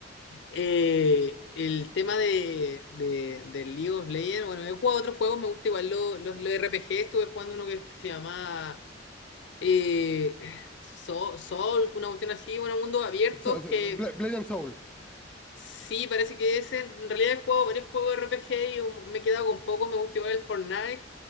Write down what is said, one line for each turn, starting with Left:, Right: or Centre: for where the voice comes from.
Left: Eh, el tema de, de, del League of Legends, bueno, he jugado otros juegos, me gusta igual los los los RPG, estuve jugando uno que se llama eh, So- Soul, una cuestión así, bueno, mundos abiertos,
Centre: so- so-
Left: que
Centre: Bla- Blade and Soul.
Left: sí, parece que ese, en realidad he jugado varios juegos de RPG y un- me he quedado con poco, me gusta igual el Fortnite,